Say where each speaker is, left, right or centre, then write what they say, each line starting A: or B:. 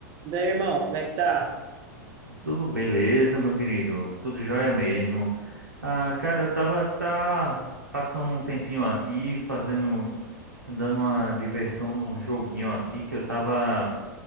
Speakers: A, on the right; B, on the right.
A: Daí, irmão, como é que tá?
B: Tudo beleza, meu querido? Tudo jóia mesmo. Ah, cara, eu tava tá passando um tempinho aqui, fazendo, dando uma diversão num joguinho aqui que eu tava,